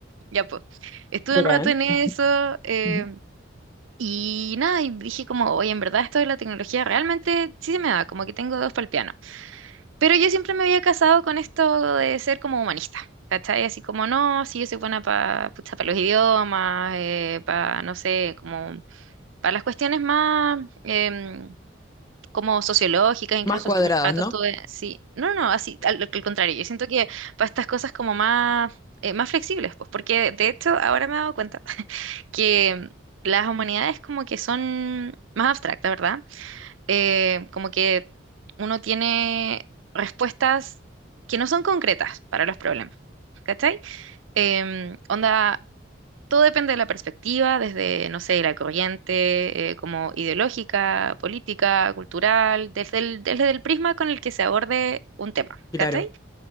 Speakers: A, on the right (about 80°); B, on the left (about 20°).
A: Ya pues, estuve
B: Bacán.
A: un rato en eso eh,
B: Ujú.
A: y nada, y dije como, oye, en verdad esto de la tecnología realmente sí se me da, como que tengo dos para el piano. Pero yo siempre me había casado con esto de ser como humanista, ¿cachai? Así como, no, sí, yo soy buena para para los idiomas, para, no sé, como para las cuestiones más, em, como sociológicas, incluso
B: Más cuadradas,
A: estuve un rato
B: ¿no?
A: estuve, sí, no, no, así, al, al contrario, yo siento que para estas cosas como más, eh, más flexibles, pues, porque de hecho ahora me he dado cuenta <laughs> que las humanidades como que son más abstractas, ¿verdad? Eh, como que uno tiene respuestas que no son concretas para los problemas, ¿cachai? Em, onda todo depende de la perspectiva, desde, no sé, la corriente eh, como ideológica, política, cultural, desde el, desde el prisma con el que se aborde un tema,
B: Claro.
A: ¿cachai?